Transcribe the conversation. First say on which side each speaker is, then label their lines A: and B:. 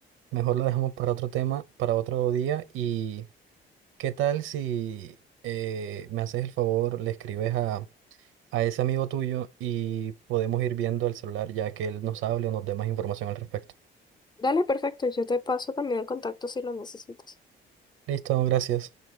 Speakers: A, on the right; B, on the left.
A: Mejor lo dejamos para otro tema, para otro día. ¿Y qué tal si eh, me haces el favor, le escribes a, a ese amigo tuyo y podemos ir viendo el celular ya que él nos hable o nos dé más información al respecto?
B: Dale, perfecto. Yo te paso también el contacto si lo necesitas.
A: Listo, gracias.